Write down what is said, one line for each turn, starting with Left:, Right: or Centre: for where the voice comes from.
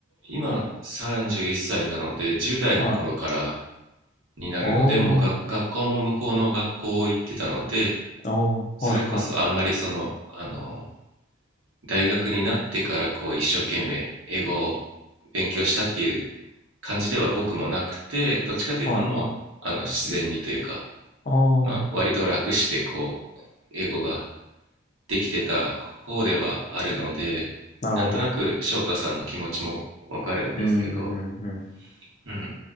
Right: 今31歳なので10代の頃から
Left: はい。
Right: になるので、
Left: おー、
Right: もうが学校も向こうの学校行ってたので、
Left: おー、
Right: それこそあんまりその、
Left: はい、はい、
Right: あの、大学になってからこう一生懸命英語を勉強したっていう感じでは僕もなくて、どっちかというともうあの自然にというか、
Left: はい、はい。おー、
Right: まあ割と楽してこう英語がてきてた方ではあるのでなんとなく翔太さんの気持ちもわかるんですけど、
Left: なるほど。うん、うん、うん。
Right: うん、